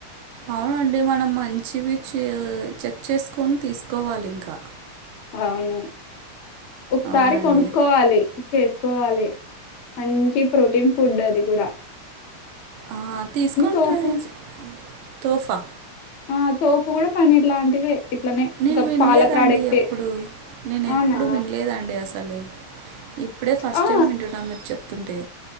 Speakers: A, on the right; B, on the left.
A: అవునండి మనం మంచివి చెక్ చేసుకొని తీసుకోవాలి ఇంకా
B: అవును ఒకసారి
A: అవునండి
B: కొనుక్కోవాలి చేసుకోవాలి మంచి ప్రోటీన్ ఫుడ్ అది గూడా
A: అ తీసుకోనింట్రచే
B: తోఫు
A: తోఫా
B: ఆ తోపు గూడా పన్నర్ లాంటిదే ఇట్లనే
A: నేను
B: ఒక
A: వినలేదండి
B: పాల ప్రోడక్టే
A: ఎప్పుడు నేను
B: అవునా
A: ఎప్పుడు వినలేదండి అసలు ఇప్పుడే ఫస్ట్
B: ఆ
A: టైం వింటున్నాను మీరు చెప్తుంటే